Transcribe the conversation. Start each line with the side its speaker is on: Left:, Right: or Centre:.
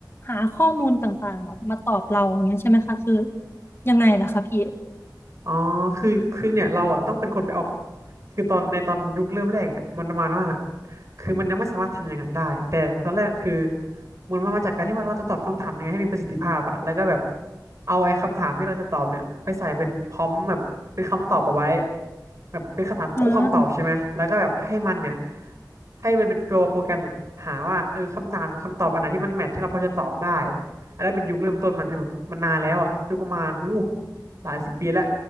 Left: หาข้อมูลต่างๆแบบมาตอบเราอย่างเงี้ยใช่ไหมคะคือยังไงล่ะคะพี่
Right: อ๋อคือคือเนี่ยเราอ่ะต้องเป็นคนไปเอาคือตอนในตอนยุคเริ่มแรกเนี่ยมันประมาณว่าคือมันยังไม่สามารถทำอย่างนั้นได้แต่ตอนแรกคือมันมามาจากการที่ว่าเราจะตอบคำถามยังไงให้มีประสิทธิภาพอะแล้วก็แบบเอาไอ้คำถามที่เราจะตอบเนี่ยไปใส่เป็นพร้อมแบบเป็นคำตอบเอาไว้แบบเป็นคำถามคู่คำตอบใช่ไหมแล้วก็แบบให้มันเนี่ย
Left: อ่า
Right: ให้มันเป็นตัวโปรแกรมเนี่ยหาว่าเออคำถามกับคำตอบอันไหนที่มันแมทที่เราพอจะตอบได้อันนั้นเป็นยุคเริ่มต้นมันถึงแบบมันนานแล้วอะยุคประมาณอู้หลายสิบปีแล้ว